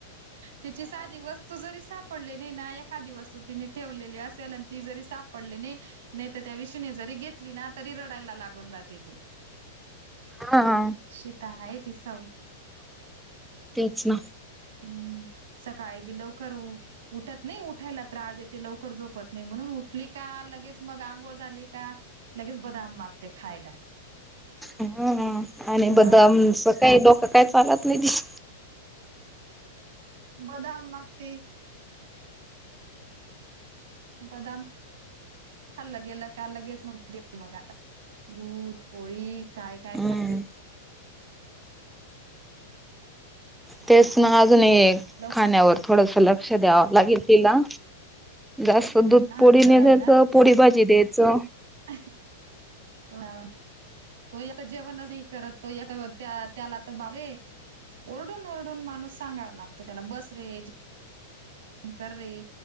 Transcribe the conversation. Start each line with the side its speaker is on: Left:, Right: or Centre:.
Right: तीची साधीवस वस्तू जरी सापडले नाही ना, एखादी वस्तू तिने ठेवलेली असेल आणि ती जरी सापडले नाही नाही तर त्या विषने जरी घेतली ना, तरी रडायला लागून जाते ती
Centre: हा.
Right: श्वेता आहे, ति सव
Centre: तेच ना
Right: हम्म! सकाळी बि लवकर उठत नाही, उठायला त्रास देते, लवकर झोपत नाही, म्हणून उठली का? लगेच मग आंघोळ झाली का? लगेच बदाम मागते खायला.
Centre: हम! आणि
Right: अ
Centre: बदाम <unintelligible> काही डोकं काय चालत नाही
Right: बदाम मागते बदाम खाल्लं गेलं का, लगेच मग ते मग आता दूध, पोळी, काय काय
Centre: हम्म
Right: सांगते
Centre: तेच ना अजूनही
Right: लवकर
Centre: खाण्यावर थोडस लक्ष द्यावं लागेल तिला जास्त दूध,
Right: हा
Centre: पोळी,
Right: जरा
Centre: ने द्यायचं,
Right: आहे ना
Centre: पोळी भाजी द्यायचं.
Right: <unintelligible> <inaudible> तो यता जेवणच नाही करत, तो त्याला तर बापरे ओरडून ओरडून मलाच सांगायला लागत त्याला, बस रे कर रे,